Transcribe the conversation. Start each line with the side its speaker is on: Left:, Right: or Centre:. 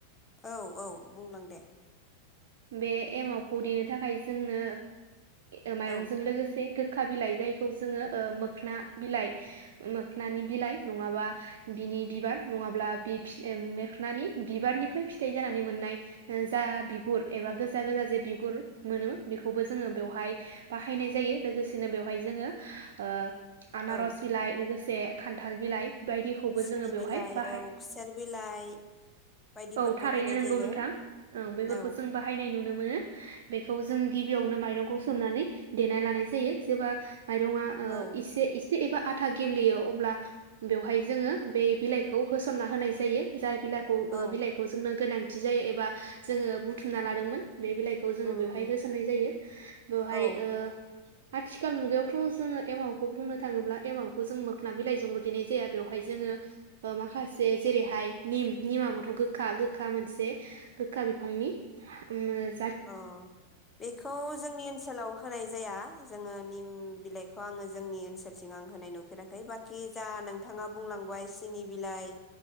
Left: औ औ बुंलां दे।
Right: बे एमावखौ देनो थाखाय जोंनो ओ माइरंजों
Left: औ
Right: लोगोसे गोख गोखा बिलाइ जायखौ जोङो ओ मोखना बिलाइ मोखनानि बिलाइ नङाबा बिनि बिबार नङाब्ला बि फि ओ मोखनानि बिबारनिफ्राय फिथाइ जानानै मोननाय जा बिगुर एबा गोजा गोजा जे बिगुर मोनो बेखौबो जोङो बेवहाय बाहायनाय जायो लोगोसेनो बेवहाय जोङो ओ आनारस
Left: औ
Right: बिलाइ लोगोसे खान्थाल बिलाइ बायदिखौबो
Left: सिनि
Right: जोङो बेवहाय
Left: बिलाइ
Right: बाहाय
Left: औ खुसेर बिलाइ बायदिफोरखौ
Right: औ थारैनो
Left: होनाय
Right: नंगौ
Left: जायो
Right: नोंथां ओं बेफोरखौ
Left: औ
Right: जों बाहायनाय नुनो मोनो बेखौ जों गिबियावनो माइरंखौ सोमनानै देना लानाय जायो । जेब्ला माइरं आ ओ
Left: औ
Right: एसे एसे एबा आधा गेब्लेयो अब्ला बेवहाय जोङो बे बिलाइखौ होसनना होनाय जायो जाय बिलाखौ
Left: औ
Right: बिलाइखौ जोंनो गोनां थि जायो एबा जोङो बु बुथुमना लादोंमोन बे बिलाइखौ जोङो
Left: उम
Right: बेवहाय
Left: उम
Right: होसननाय जायो । बेवहाय
Left: औ
Right: ओ आथिखाल मुगायावथ जोङो एमावखौ बुंनो थाङोब्ला एमावखौ जों मोखोना बिलाइजोंल देनाय जाया बेवहाय जोङो माखासे जेरैहाय निम निमाबोथ गोखा-गोखा मोनसे गोखा बिफांनि उम मो
Left: अ बेखौ जोंनि ओनसोलाव होनाय जाया जोङो निम बिलाइखौ आङो जोंनि ओनसोलथिं आं होनाय नुफेराखै बाखि जा नोंथाङा बुंलांबाय सिनि बिलाइ